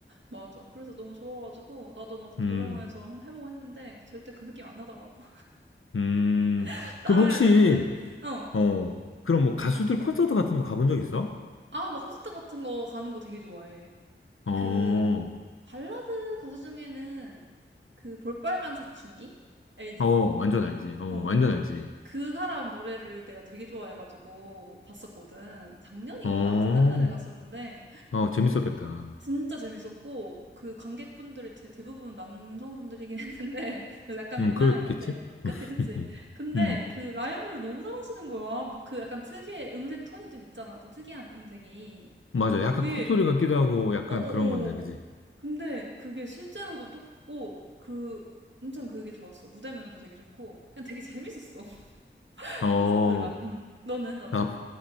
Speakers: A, on the right; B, on the left.
A: 맞아. 그래서 너무 좋아가지고, 나도 막
B: 음,
A: 노래방에서 한번 해보고 했는데, 절대 그 느낌 안 나더라고.
B: 음.
A: <laughs> 따라해봤는데,
B: 그럼 혹시,
A: 어.
B: 어, 그럼 뭐 가수들 콘서트 같은 거 가본 적 있어?
A: 아, 나 콘서트 같은 거 가는 거 되게 좋아해.
B: 어,
A: 그 발라드 가수 중에는 그 볼빨간 사춘기? 알지?
B: 어, 완전 알지. 어,
A: 어.
B: 완전 알지.
A: 그 사람 노래를 내가 되게 좋아해가지고 봤었거든. 작년인가?
B: 어,
A: 재작년에 갔었는데
B: 어, 재밌었겠다.
A: 진짜 재밌었고 그 관객분들이 대, 대부분 남성분들이긴 했는데 <laughs> 약간
B: 음,
A: 민망했는데
B: 그렇겠지? <laughs>
A: 그치 그치. 근데
B: 음,
A: 그 라이브를 너무 잘하시는 거야. 뭐 그 약간 특유의 음색 톤이 좀 있잖아. 좀 특이한 음색이.
B: 맞아. 약간
A: 그게
B: 콧소리 같기도 하고 약간
A: 어어어.
B: 그런 건데, 그지?
A: 근데 그게 실제로도 똑고 그 엄청 그게 좋았어. 무대 매너도 되게 좋고 그냥 되게 재밌었어. <laughs>
B: 어,
A: 콘서트가. 음. 너는 너는?
B: 나,